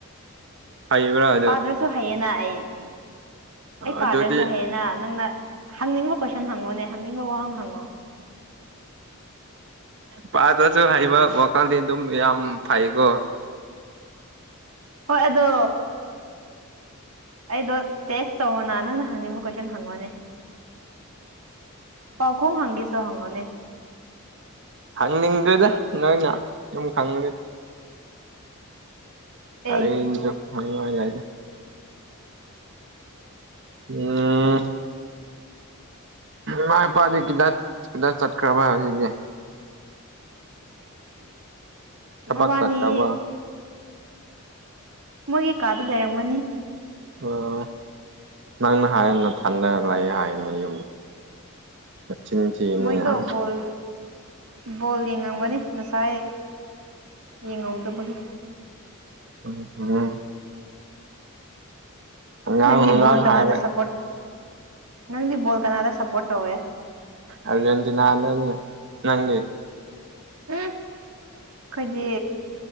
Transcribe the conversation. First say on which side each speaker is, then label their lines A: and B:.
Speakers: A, on the right (about 60°); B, on the right (about 85°).
A: ꯍꯥꯏꯕ꯭ꯔ
B: ꯄꯥꯗ꯭ꯔꯁꯨ ꯍꯩꯌꯦꯅ ꯑꯩ ꯑꯩ ꯄꯥꯗ꯭ꯔꯁꯨ
A: ꯑꯗꯨꯗꯤ
B: ꯍꯌꯦꯅ ꯅꯪꯅ ꯍꯪꯅꯤꯡꯕ ꯀꯣꯏꯁꯟ ꯍꯪꯉꯣꯅꯦ ꯍꯪꯅꯤꯡꯕ ꯋꯥꯍꯪ ꯍꯪꯉꯣ
A: ꯄꯥꯠꯇꯁꯨ ꯍꯩꯕ ꯋꯥꯈꯜꯗꯤ ꯑꯗꯨꯝ ꯌꯥꯝ ꯐꯩꯀꯣ
B: ꯍꯣꯏ ꯑꯗꯣ ꯑꯩꯗꯣ ꯇꯦꯁ ꯇꯧꯔꯣꯅ ꯅꯪꯅ ꯍꯪꯅꯤꯡꯕ ꯀꯣꯏꯁꯟ ꯍꯪꯉꯣꯅꯦ ꯄꯥꯎꯈꯣꯡ ꯍꯪꯒꯦꯁꯨ ꯍꯪꯉꯨꯅꯦ
A: ꯍꯪꯅꯤꯡꯗꯣꯏꯗ ꯅꯣꯏ ꯉ ꯑꯃꯨꯛ ꯈꯪꯗꯦ
B: ꯑꯦ
A: ꯑꯔꯤꯁꯨ ꯍꯪꯉꯗ ꯎꯝ ꯃꯥꯏ ꯏꯄꯥꯗꯤ ꯈꯤꯇ ꯈꯤꯇ ꯆꯠꯈ꯭ꯔꯕ ꯍꯥꯏꯕꯁꯤꯗꯤ ꯊꯕꯛ
B: ꯃꯕꯥꯅꯤ
A: ꯆꯠꯈ꯭ꯔꯕ
B: ꯃꯣꯏꯒꯤ ꯀꯥꯗ ꯂꯩꯔꯝꯒꯅꯤ
A: ꯑꯣ ꯅꯪꯅ ꯍꯥꯏꯌꯦꯅ ꯊꯟꯗꯔ ꯂꯩ ꯍꯥꯏꯅꯦ ꯌꯨꯝ ꯀꯆ ꯆꯅ
B: ꯃꯣꯏꯗꯣ ꯕꯣꯜ ꯕꯣꯜ ꯌꯦꯡꯉꯝꯒꯅꯤ ꯉꯁꯥꯏ ꯌꯦꯡꯍꯧꯗꯕꯒꯤ
A: ꯎ ꯎꯝ ꯑꯉꯥꯡ
B: ꯅꯪꯗꯤ
A: ꯑꯉꯥꯡ
B: ꯣꯜ ꯀꯅꯥꯗ
A: ꯍꯥꯏꯔꯦ
B: ꯁꯄꯣꯔꯠ ꯅꯪꯗꯤ ꯣꯜ ꯀꯅꯥꯗ ꯁꯄꯣꯔꯠ ꯇꯧꯋꯦ
A: ꯑꯔꯖꯦꯟꯇꯤꯅꯥꯅ ꯅꯪꯗꯤ
B: ꯎꯝ ꯑꯩꯈꯣꯏꯗꯤ